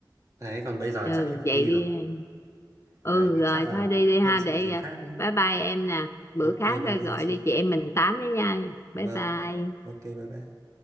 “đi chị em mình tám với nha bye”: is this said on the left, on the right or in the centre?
Left